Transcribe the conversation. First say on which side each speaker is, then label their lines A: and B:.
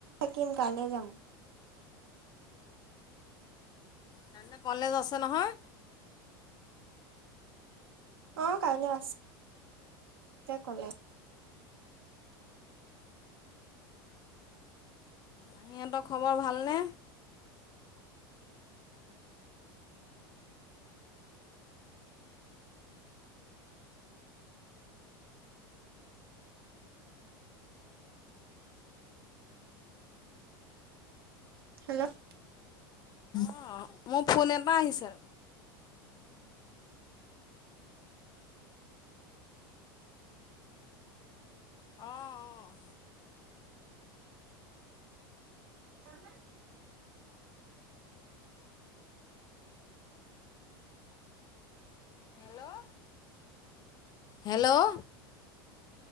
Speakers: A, on the right; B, on the left.
A: থাকিম কাইলৈ যাম
B: কাইলে কলেজ আছে নহয়
A: অ কাইলৈ আছ তে কলে
B: মাহীহঁতৰ খবৰ ভালনে?
A: হেল্ল'
B: অঁ মোৰ ফোন এটা আহিছে অ অ
A: কাম নাই।
B: হেল্ল' হেল্ল'